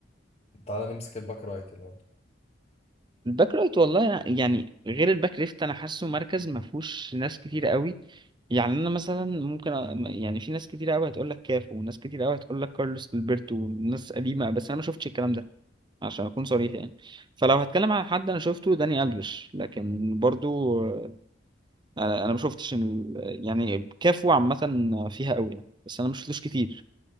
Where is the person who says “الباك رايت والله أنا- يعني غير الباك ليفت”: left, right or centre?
Right